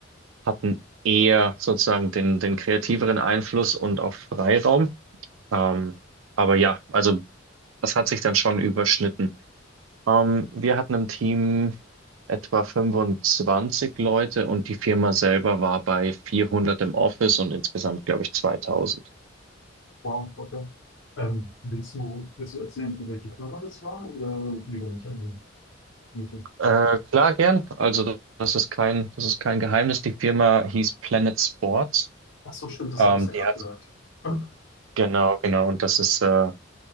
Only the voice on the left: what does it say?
Wow, okay. Ähm, willst du, willst du erzählen, für welche Firma das war oder lieber nicht an den Meeting?
Ach so, stimmt, das
hattest du ja
gerade
gesagt. Ja.